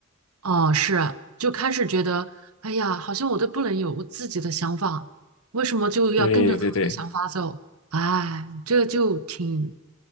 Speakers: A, on the right; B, on the left.
A: 哦，是，就开始觉得，哎呀，好像我都不能有我自己的想法，为什么就要跟着他们的想法走？
B: 对对对，
A: 哎，这就挺